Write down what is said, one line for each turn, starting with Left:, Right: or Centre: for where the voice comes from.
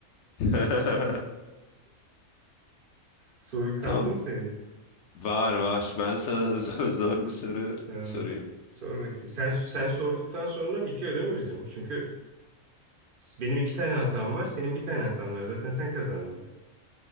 Left: <laughs>
Right: Sorun kaldı
Left: Tamam.
Right: mı senin?
Left: Var var. Ben sana <laughs> zor, zor bir soru
Right: Ee,
Left: sorayım.
Right: sor bakayım. Sen sen sorduktan sonra bitiyor değil mi bizim? Çünkü benim iki tane hatam var, senin bir tane hatan var. Zaten sen kazandın.